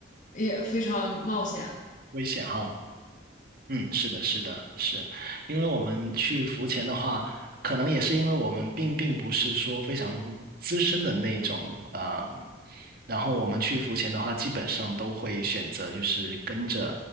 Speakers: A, on the left; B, on the right.
A: 也非常冒险。
B: 危险哈。嗯，是的，是的，是，因为我们去浮潜的话，可能也是因为我们并并不是说非常资深的那种啊、然后我们去浮潜的话，基本上都会选择就是跟着